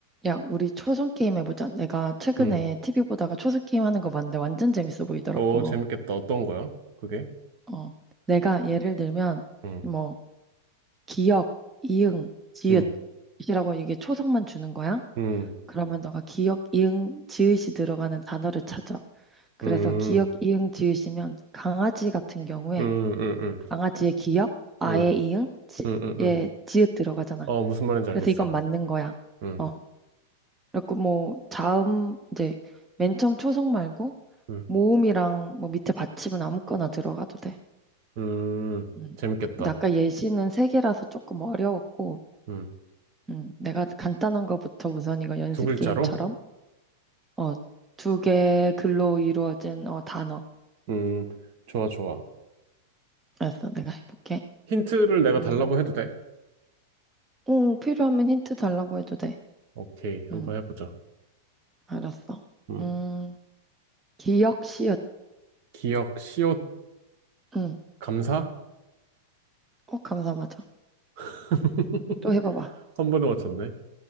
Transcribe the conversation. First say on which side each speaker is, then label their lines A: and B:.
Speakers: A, on the right; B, on the right.
A: 야, 우리 초성 게임 해보자. 내가 최근에
B: 음.
A: TV 보다가 초성 게임 하는 거 봤는데 완전 재밌어 보이더라고.
B: 오, 재밌겠다. 어떤 거야? 그게?
A: 어, 내가 예를 들면
B: 음.
A: 뭐 기역, 이응, 지읒이라고
B: 음.
A: 이게 초성만 주는 거야.
B: 음.
A: 그러면 너가 기역, 이응, 지읒이 들어가는 단어를 찾아. 그래서
B: 음.
A: 기역, 이응, 지읒이면 강아지 같은 경우에
B: 음. 음. 음.
A: 강아지의 기역, 아의
B: 음.
A: 이응, 지의
B: 음. 음. 음.
A: 지읒 들어가잖아.
B: 어, 무슨 말인지 알겠어.
A: 그래서 이건 맞는 거야.
B: 음.
A: 어, 그리고 뭐 자음 이제 맨 처음 초성 말고
B: 음.
A: 모음이랑 뭐 밑에 받침은 아무거나 들어가도 돼.
B: 음.
A: 음.
B: 재밌겠다.
A: 근데 아까 예시는 세 개라서 조금 어려웠고,
B: 음.
A: 음, 내가 간단한 거부터 우선 이거 연습
B: 두 글자로?
A: 게임처럼 어, 두 개 글로 이루어진 어, 단어.
B: 음. 좋아, 좋아.
A: 알았어, 내가 해볼게.
B: 힌트를 내가
A: 음,
B: 달라고 해도 돼?
A: 응, 필요하면 힌트 달라고 해도 돼.
B: 오케이. 한번
A: 음,
B: 해보자.
A: 알았어.
B: 음.
A: 음, 기억시읒
B: 기억, 시옷,
A: 음,
B: 감사?
A: 어, 감사하죠.
B: <laughs>
A: 또 해봐봐.
B: 한 번에 맞췄네.